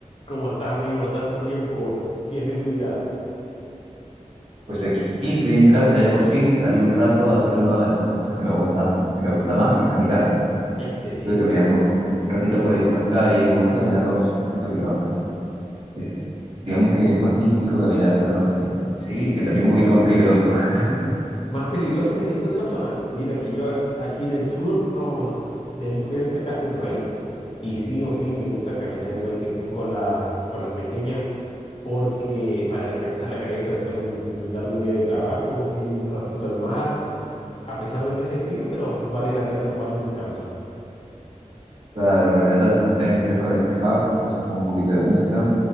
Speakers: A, on the left (about 45°); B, on the right (about 45°).
A: ¿Cómo estás, amigo? Tanto tiempo. ¿Qué es de tu vida?
B: Pues aquí estoy en casa, ya por fin salí un rato a hacer una de las cosas que me gusta, que me gusta más, que es caminar.
A: Excelente.
B: Estuve caminando un ratito por ahí por las calles, me gusta caminar de noche, siento que más es, digamos que es más místico caminar de noche,
A: Sí, sí,
B: que también
A: sí.
B: un poquito más peligroso. <laughs>
A: Más peligroso depende de la zona. ¿eh? Mira que yo a- aquí en el sur no delincuencia casi no hay y sí o sí me gusta caminar igual que tú con las con las pequeñas porque para descansar la cabeza después de un, de un largo día de trabajo, ir un ratito al mar, a pesar de que hace frío, pero vale la pena tomar un descanso.
B: Claro, caminar a a mí también me sirve para despejar, a veces pongo un poquito de música,